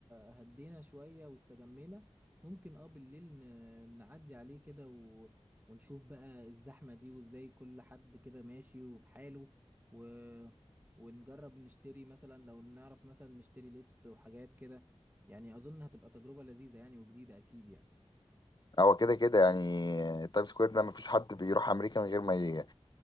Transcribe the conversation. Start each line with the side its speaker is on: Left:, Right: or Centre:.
Right: هدينا شوية واستجمينا ممكن اه بالليل ن- نعدي عليه كده و... ونشوف بقى الزحمة دي وازاي كل حد كده ماشي وفي حاله و... ونجرب نشتري مثلا لو نعرف مثلا نشتري لبس وحاجات كده يعني أظن هتبقى تجربة لذيذة يعني وجديدة أكيد يعني
Left: هو كده كده يعني تايم سكوير ده مفيش حد بيروح أمريكا من غير ما ي...